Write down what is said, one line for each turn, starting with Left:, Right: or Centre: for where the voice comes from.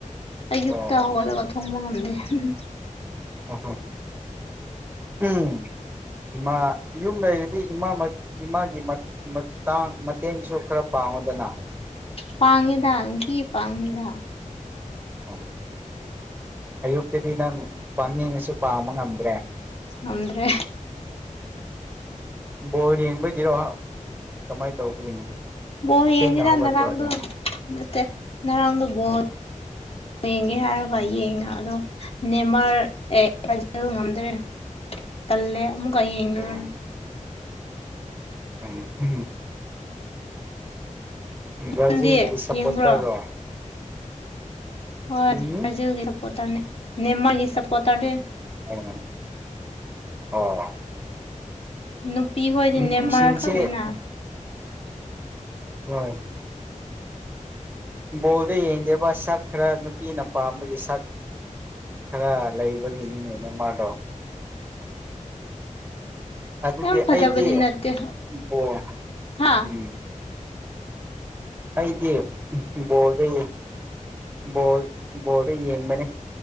Left: ꯑꯌꯨꯛꯇ
Right: ꯑꯣ ꯑꯣ
Left: ꯍꯧꯒꯠꯂꯒ ꯊꯣꯡꯕ ꯉꯝꯗꯦ ꯎꯝ
Right: ꯑ ꯎꯝ ꯏꯃꯥ ꯌꯨꯝ ꯂꯩꯔꯗꯤ ꯏꯃꯥ ꯏꯃꯥꯒꯤ ꯃꯇꯥꯡ ꯃꯇꯦꯡꯁꯨ ꯈꯔ ꯄꯥꯡ ꯉꯗꯅ
Left: ꯄꯥꯡꯉꯤꯗ ꯀ ꯄꯥꯡꯉꯗ
Right: ꯎ ꯑꯌꯨꯛꯇꯗꯤ ꯅꯪ ꯄꯥꯅꯤꯡꯉꯁꯨ ꯄꯥꯕ ꯉꯝꯗ꯭ꯔꯦ
Left: ꯅꯗ꯭ꯔꯦ
Right: ꯎꯝ ꯕꯣꯔ ꯌꯦꯡꯕꯒꯤꯔꯣ ꯀꯃꯥꯏꯅ ꯇꯧꯕꯒꯤꯅꯤ
Left: ꯕ ꯌꯦꯡꯕꯤꯗ
Right: ꯊꯦꯡꯅ ꯍꯧꯒꯠꯄ꯭ꯔꯣ
Left: ꯅꯔꯥꯡꯗ
Right: ꯑꯗꯣ
Left: ꯅꯠꯇ ꯉꯔꯥꯡꯗ
Right: ꯎꯝ
Left: ꯣ ꯌꯦꯡꯒꯦ ꯍꯥꯏꯔꯕ ꯌꯦꯡꯉ ꯑꯗꯣ ꯅꯦꯃꯔ ꯑꯦ ꯑꯗꯨ ꯉꯝꯗ꯭ꯔꯦ ꯇꯜꯂꯦ ꯑꯃꯨꯛꯀ ꯌꯦꯡꯔꯣꯏ
Right: ꯎꯝ ꯎꯝ ꯕꯖꯜ
Left: ꯅꯪꯗꯤ
Right: ꯕꯤꯁꯥꯄꯇꯥ
Left: ꯌꯦꯡꯕ꯭ꯔꯣ
Right: ꯔ
Left: ꯍꯣꯏꯖ
Right: ꯎꯝ
Left: ꯁꯄꯣꯔ ꯇꯥꯅꯤ ꯅꯦꯝꯃꯒꯤ ꯁꯄꯣꯔꯠ ꯇꯥꯔꯅꯤ
Right: ꯎꯝ ꯑꯣ
Left: ꯅꯨꯄꯤ ꯈꯗꯤ
Right: ꯅꯨꯄꯤꯁꯤꯡꯁꯦ
Left: ꯅꯦꯝꯃ ꯈꯪꯗꯅ
Right: ꯑꯣꯏ ꯐꯨꯠꯕꯣꯜꯗ ꯌꯦꯡꯗꯕ ꯁꯛ ꯈꯔ ꯅꯨꯄꯤꯅ ꯄꯥꯝꯕꯒꯤ ꯁꯛ ꯈꯔ ꯂꯩꯕꯒꯤ ꯃꯤꯅꯦꯅꯦ ꯃꯥꯗꯣ ꯑꯗꯨꯗꯤ
Left: ꯌꯥꯝ ꯐꯗꯥꯕꯗꯤ
Right: ꯑꯩꯗꯤ
Left: ꯅꯠꯇ
Right: ꯕꯣꯜ
Left: ꯍꯥꯥ
Right: ꯎꯝ ꯑꯩꯗꯤ ꯕꯣꯜꯗ ꯕꯜ ꯕꯣꯜꯗꯣ ꯌꯦꯡꯕꯅꯦ